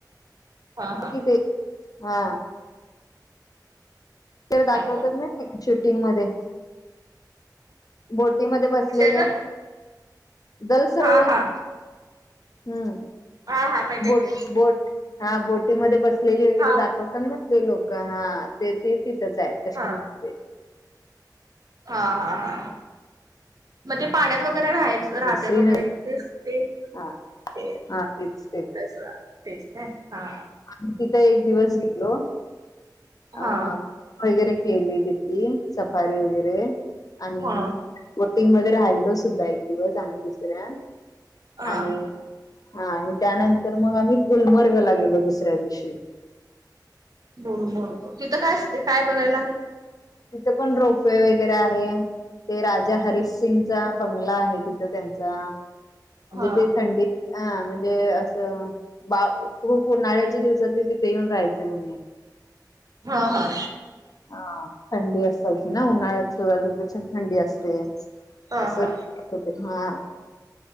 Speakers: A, on the right; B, on the left.
A: हा हा
B: तिथे हा तर दाखवतो
A: हाय का
B: ना शूटिंग मध्ये बोटीमध्येध्ये बसलेलं
A: कशाचा
B: दल सरोवर
A: हा हा
B: हम्म
A: हा हा माहित आहे
B: बोट
A: की
B: बोट हा बोटीमध्ये बसलेली वगैरे
A: हा
B: दाखवतात ना ते लोक हा ते ते तिथंच आहे कश्मीर
A: हा हा हा ह म्हणजे पाण्यात वगैरे राहायच राहत्यात
B: श्रीनगर
A: वगैरे तेच ते ते
B: हा हा तेच
A: तस तेच हा
B: आ् तिथं एक दिवस गेलो अ
A: हा
B: वगैरे केली तिथली सफारी वगैरे आणि
A: हा
B: वोटिंग मध्ये राहिलो सुद्धा एक दिवस आणि् दुसऱ्या
A: हा
B: आणि हा आणि त्यानंतर मग आम्ही गुलमर्गला गेलो दुसऱ्या दिवशी
A: ब ब तिथं काय असते काय बघायला
B: तिथे पण रोपवे वगैरे आहे ते राजा हरीश सिंगचा बंगला आहे तिथ त्यांचा
A: हा
B: जिथे थंडी अा म्हणजे असं बा खूप उन्हाळ्याच्या दिवसात तिथे येऊन राहायचें म्हणे
A: हा हा
B: हा थंडी असा ना उन्हाळ्यात सुरुवाती प छान थंडी असते
A: हा
B: असं
A: हा
B: हो हा